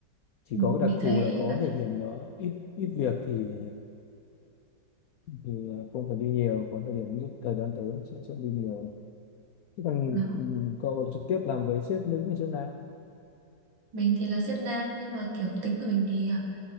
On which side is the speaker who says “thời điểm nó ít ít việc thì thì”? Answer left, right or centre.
Left